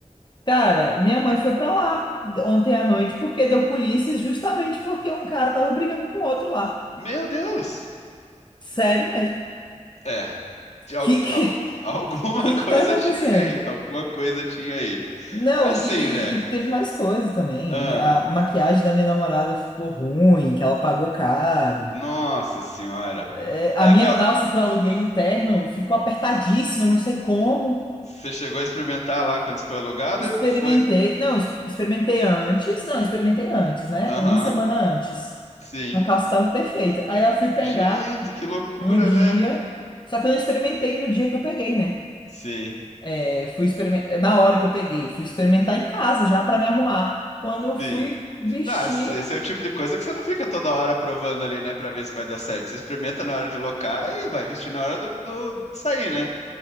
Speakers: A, on the left (about 35°); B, on the left (about 60°).
A: Cara, minha mãe foi pra lá ontem à noite porque deu polícia justamente porque um cara tava brigando com outro lá.
B: Meu Deus!
A: Sério mesmo.
B: É, de al-
A: Que que,
B: al- alguma
A: que,
B: <laughs> coisa
A: que tá acontecendo?
B: tinha aí, alguma coisa tinha aí.
A: Não,
B: Assim,
A: e, e-
B: né?
A: e teve mais coisa também.
B: Ah,
A: A maquiagem da minha namorada ficou ruim, que ela pagou caro.
B: nossa senhora.
A: É, a
B: É aquela.
A: minha calça que eu aluguei, o terno, ficou apertadíssima, não sei como.
B: Você chegou a experimentar lá quando você foi alugado
A: Experimentei.
B: e foi.
A: Não, es- experimentei antes. Não, experimentei antes, né?
B: Aham,
A: Uma semana antes.
B: sim.
A: A calça tava perfeita. Aí eu fui pegar.
B: Gente, que loucura,
A: no dia.
B: né?
A: Só que eu não experimentei no dia que eu peguei, né?
B: Sim,
A: É, fui experimentar, na hora que eu peguei, fui experimentar em casa já pra me arrumar. Quando eu fui
B: sim.
A: vestir,
B: Não, esse esse é o tipo de coisa que você não fica toda hora provando ali, né, pra ver se vai dar certo. Você experimenta na hora de locar e vai vestir na hora do, do- de sair, né?